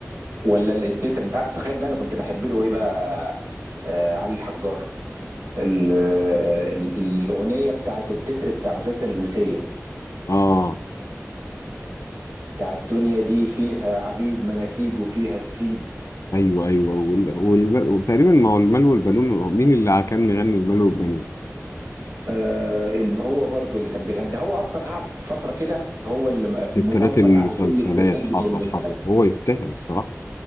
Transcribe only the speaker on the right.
ولا التتر انت عارف تخيل بقى انا كنت بحب له ايه بقى آه علي الحجار ال- آه، ال- الأغنية بتاعت التتر بتاع مسلسل الوصية
بتاع الدنيا دي فيها عبيد مناكيد وفيها السيد
آه الم- هو برضو اللي كان بيغني هو اصلا قعد فتره كده هو اللي م-
مبلطج
على كل الترتاج
بتاع المغني